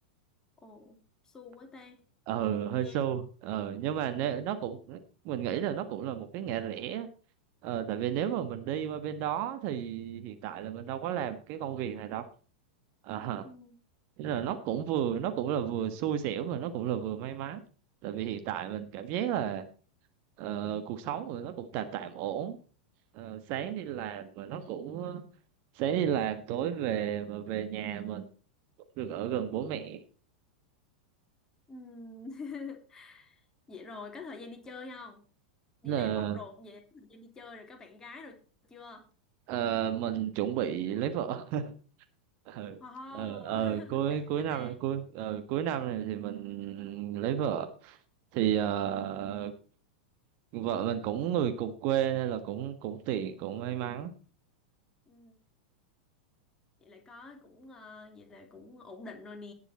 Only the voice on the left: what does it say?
Ồ, xu quá
ta.
Buồn
he.
Ừ.
Ừ.
Ừ.
Ừ. <laughs> Vậy rồi, có thời gian đi chơi không? Đi
làm bận rộn vậy, có thời gian đi chơi rồi, có bạn gái rồi chưa?
Oh,
<laughs> đã
quá
ta.
Ừ. Vậy là có cũng ờ, vậy là cũng ổn định rồi nè.